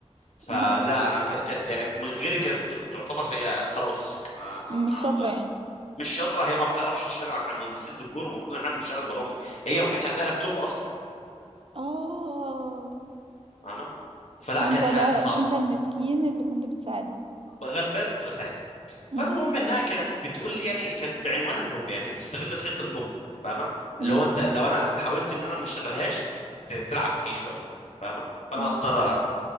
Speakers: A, on the left; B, on the right.
A: فلا
B: اه
A: انا ك- كانت يعني من غيري كانت ت- تعتبر هي خلاص ما,
B: مش شاطره يعني
A: مش شاطره هي ما بتعرفش تشتغل احنا مهندسين ديكور المفروض ان احنا بنشتغل برامج هي ما كانش عندها لابتوب اصلا
B: اه
A: فاهمه فلا
B: وانت
A: كانت
B: بقى
A: حياتها صعبه
B: وانت المسكين اللي كنت بتساعدها
A: غلبان كنت بساعدها
B: امم
A: فالمهم انها كانت بتقول لي يعني كانت بعنوان الحب يعني كانت بتستغل خيط الحب فاهمه اللي
B: امم
A: هو انت لو انا حاولت ان انا ما اشتغلهاش ت- تلعب فيه شويه فاهمه فانا
B: امم
A: اضطر العب فيه